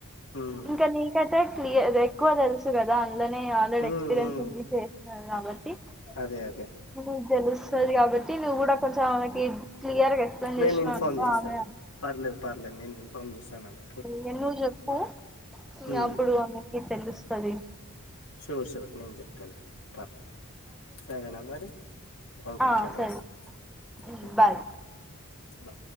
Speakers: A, on the left; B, in the centre.
A: ఉమ్
B: ఇంక నీ కైతే క్లియర్ ఎక్కువ దెల్సు గదా అండ్లనే ఆల్రెడెక్స్పీరియన్స్
A: ఉమ్ ఉమ్
B: ఉంది చేసినారు గాబట్టి
A: అదే అదె
B: నీక్ దెలుస్తది గాబట్టి నువ్ గూడా కొంచమామకి క్లియర్గ ఎక్స్ప్లెయిన్
A: నేను
B: జేష్ణవనుకో
A: ఇన్ఫార్మ్ చేస్తాను
B: ఆమె
A: పర్లేదు పర్లేద్ నేను ఇన్ఫామ్ జెస్తాన్ ఆమె
B: ఇంగ నువ్ జెప్పు ఇగ
A: ఉమ్
B: అప్పుడు అమెకి తెలుస్తదీ
A: షూర్ షూర్ నేన్ జెప్తలే పర్ సరేనా మరి ఓకే
B: ఆ సరే
A: మరి
B: హ్మ్
A: ఉమ్,
B: బాయ్
A: బాయ్